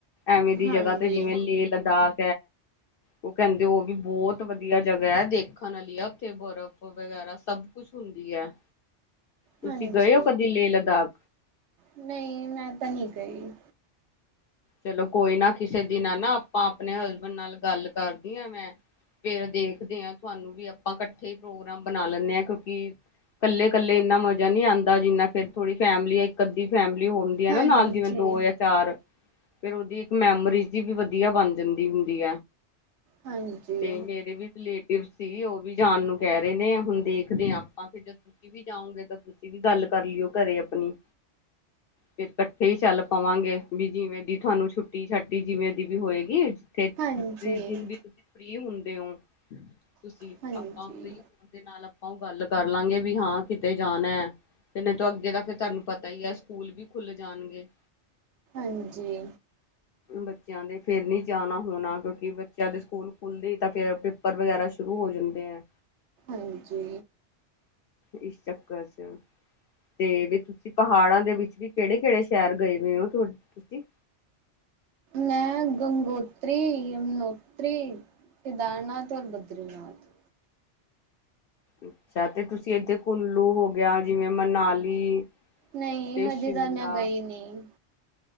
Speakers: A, on the left; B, on the right.
A: ਐਵੇਂ ਦੀ
B: ਹਾਂਜੀ
A: ਜਗ੍ਹਾ ਤੇ ਜਿਵੇਂ ਲੇ ਲਗਾ। ਉਹ ਕਹਿੰਦੇ ਹੋ ਗਈ ਬਹੁਤ ਵਧੀਆ ਜਗਹਾ ਹ ਦੇਖ ੱਖਣੀ ਆ ਉੱਥੇ ਬਰਫ਼ ਵਗੈਰਾ ਸਭ ਕੁਛ ਹੁੰਦੀ ਹੈ। ਤੁਸੀਂ
B: ਹਾਂਜੀ
A: ਗਏ ਹੋ ਕਦੀ ਲੇਹ ਲਦਾਖ
B: ਨਹੀਂ ਮੈਂ ਤਾਂ ਨਹੀਂ ਕਹੀ।
A: ਚਲੋ ਕੋਈ ਨਾ ਕਿਸੇ ਦੀ ਨਾ ਨਾ ਆਪਾਂ ਆਪਣੇ ਹਸਬੈਂਡ ਨਾਲ ਗੱਲ ਕਰਦੀ ਆ ਮੈਂ। ਫਿਰ ਦੇਖਦੇ ਆਂ ਤੁਹਾਨੂੰ ਵੀ ਆਪਾਂ ਇਕੱਠੇ ਪ੍ਰੋਗਰਾਮ ਬਣਾ ਲੈਦੇ ਆ ਕਿਉਂਕਿ ਕੱਲੇ ਕੱਲੇ ਇੰਨਾ ਮਜ਼ਾ ਨਹੀਂ ਆਉਂਦਾ ਜਿੰਨਾ ਚਿਰ ਥੋੜੀ ਫੈਮਲੀ ਇੱਕ ਅੱਧੀ ਫੈਮਲੀ। ਜੋ ਹੁੰਦੀ ਹ
B: ਹਾਂਜੀ
A: ਨਾ ਨਾਲ ਜਿਵੇਂ ਦੋ ਜਾਂ ਚਾਰ ਵਿਰੋਧੀ ਇੱਕ ਮੈਂਬਰੀ ਸੀ ਵੀ ਵਧੀਆ ਬਣ ਜਾਂਦੀ ਹੁੰਦੀ।
B: ਹਾਂਜੀ
A: ਤੇ ਮੇਰੇ ਵੀ ਸਲੇਟੀ ਫ ਸੀ ਉਹ ਵੀ ਜਾਣ ਨੂੰ ਕਹਿ ਰਹੇ ਨੇ ਹੁਣ ਦੇਖਦੇ ਹਾਂ ਆਪਾਂ ਫ ਜਦ ਤੁਸੀਂ ਵੀ ਜਾਓਗੇ ਤਾਂ ਤੁਸੀਂ ਵੀ ਗੱਲ ਕਰ ਲਿਓ ਘਰੇ ਆਪਣੀ ਤੇ ਇਕੱਠੇ ਚੱਲ ਪਾਵਾਂਗੇ ਵੀ ਜਿਵੇਂ ਤੁਹਾਨੂੰ ਛੁੱਟੀ ਛਾਟੀ, ਜਿਵੇਂ ਦੀ ਵੀ ਹੋਏਗੀ, ਤੇ
B: ਹਾਂਜੀ
A: <inaudible> ਤੇ ਔ, ਤੁਸੀਂ
B: ਹਾਂਜੀ
A: ਪਾਂ ਫ੍ਰੀ ਹੋਣ ਦੇ ਨਾਲ ਔ ਗੱਲ ਕਰ ਲਾਂਗੇ ਵੀ, ਹਾਂ, ਕਿਤੇ ਜਾਣਾ। ਤੇ ਨਹੀਂ ਤੋਂ, ਅੱਗੇ ਤਾਂ ਫਿਰ ਤੁਹਾਨੂੰ ਪਤਾ ਹੀ ਆ, ਸਕੂਲ ਵੀ ਖੁੱਲ ਜਾਣਗੇ।
B: ਹਾਂਜੀ,
A: ਬੱਚਿਆਂ ਦੇ ਫੇਰ ਨੀ ਜਾਣਾ ਹੋਣਾ, ਕਿਉਂਕਿ ਬੱਚਿਆਂ ਦੇ ਸਕੂਲ ਖੁੱਲਦੇ, ਤਾਂ ਫੇਰ ਪੇਪਰ ਵਗੈਰਾ, ਸ਼ੁਰੂ ਹੋ ਜਾਂਦੇ ਐ
B: ਹਂਜੀ।
A: ਇਸ ਚੱਕਰ ਚ ਤੇ ਵਿਚ, ਤੁਸੀਂ ਪਹਾੜਾਂ ਦੇ ਵਿੱਚ ਵੀ ਕਿਹੜੇ ਕਿਹੜੇ ਸ਼ੈਰ ਗਏ ਹੋਏ ਹੋ? ਤੁਸੀਂ?
B: ਮੈਂ ਗੰਗੋਤਰੀ, ਯਮੁਨੋਤਰੀ, ਕੇਦਾਰਨਾਥ ਔਰ ਬਦਰੀਨਾਥ।
A: ਅੱਛਾ, ਤੇ ਤੁਸੀਂ ਇੱਥੇ ਕੁੱਲੂ ਹੋ ਗਿਆ, ਜਿਵੇਂ ਮਨਾਲੀ
B: ਨਹੀਂ,
A: ਤੇ
B: ਹਜੇ
A: ਸ਼ਿਮਲਾ
B: ਤਾਂ ਮੈਂ ਗਈ ਨਹੀਂ।